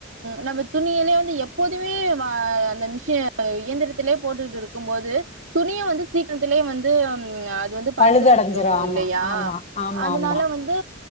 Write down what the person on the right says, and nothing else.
நம்ம துணியில வந்து எப்போதுமே வா அந்த மிஷின் இயந்திரத்திலே போட்டுட்டு இருக்கும் போது துணிய வந்து சீக்கிரத்திலே வந்து அது வந்து
பழுதடிஞ்சிடு
இல்லையா
அதுனால
வந்து